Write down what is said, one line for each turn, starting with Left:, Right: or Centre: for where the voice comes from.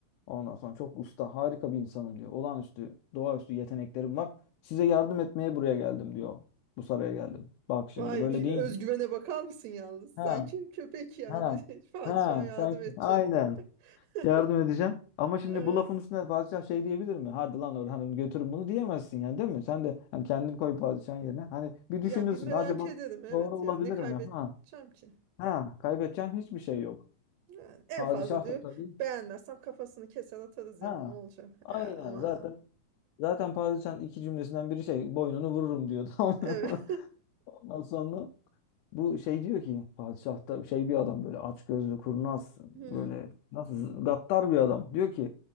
Left: Ondan sonra çok usta, harika bir insanım diyor. Olağanüstü, doğaüstü yeteneklerim var. Size yardım etmeye buraya geldim diyor. Bu saraya geldim. Bak şimdi
Right: Vay
Left: böyle
Right: bir
Left: deyince.
Right: özgüvene bakar mısın yalnız?
Left: Ha,
Right: Sanki köpek yani.
Left: ha,
Right: <laughs> Padişah
Left: ha,
Right: yardım
Left: sen
Right: edecek.
Left: aynen
Right: <laughs>
Left: yardım edeceğim. Ama şimdi
Right: Ee,
Left: bu lafın üstüne padişah şey diyebilir mi? Hadi lan Orhan'ım götürün bunu diyemezsin yani değil mi? Sen de hani kendini koy padişahın yerine. Hani bir
Right: Yani
Left: düşünürsün.
Right: bir merak
Left: Acaba
Right: ederim evet
Left: doğru olabilir
Right: yani ne kaybedeceğim
Left: mi? Ha.
Right: ki?
Left: Ha, kaybedeceğin hiçbir şey yok.
Right: Yani en
Left: Padişah
Right: fazla diyor
Left: da tabii.
Right: beğenmezsem kafasını keser atarız
Left: Ha,
Right: yani ne olacak?
Left: aynen
Right: E, ama
Left: zaten zaten padişahın iki cümlesinden biri şey boynunu vururum diyor tamam
Right: evet.
Left: mı? <laughs> Ondan sonra bu şey diyor ki padişah da şey bir adam böyle açgözlü kurnaz
Right: <laughs> Hmm,
Left: böyle nasıl gaddar bir adam. Diyor ki